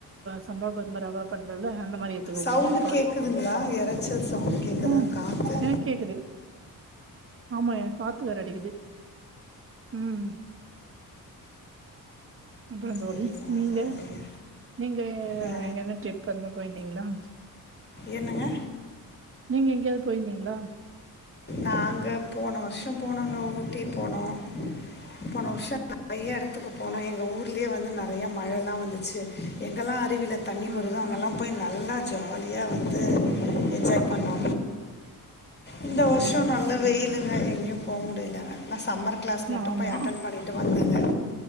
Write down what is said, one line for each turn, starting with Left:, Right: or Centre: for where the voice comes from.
Right: சம்பா கோதும ரவா பண்றல்ல அந்த மாரி ஏத்துக்கோ
Left: சவுண்டு
Right: கொஞ்சம் எப்பாது
Left: கேக்குதுங்களா? எரைச்சல் சவுண்ட் கேக்குதா?
Right: உஹம்
Left: காத்து
Right: எனக்கு கேக்குது ஆமா காத்து வேற அடிக்குது உம் அப்புறம்
Left: சேரிங்க,
Right: தோழி நீங்க
Left: சேரிங்க.
Right: நீங்க
Left: வே
Right: எங்கன்ன ட்ரிப் எதனா போயிருந்தீங்களா
Left: என்னங்க
Right: நீங்க எங்கேயாவது போயிருந்தீங்களா
Left: நாங்க போன வருஷம் போனங்க ஊட்டி போனோம் போன வருஷம் நிறைய இடத்துக்கு போனோம் எங்க ஊர்லயே வந்து நிறைய மழையல்லா வந்துச்சு எங்கெல்லாம் அருவில தண்ணி
Right: ம்
Left: வருதோ அங்கெல்லாம் போய் நல்லா ஜாலியா வந்து என்ஜாய் பண்ணோ
Right: ம்
Left: இந்த வருஷ
Right: ம் ம்
Left: நல்ல வெயிலு எங்கேயும் போக முடியலங்க நான் சம்மர் கிளாஸ் மட்டும்
Right: ஆமா
Left: போய் அட்டன் பண்ணிட்டு வந்தேன்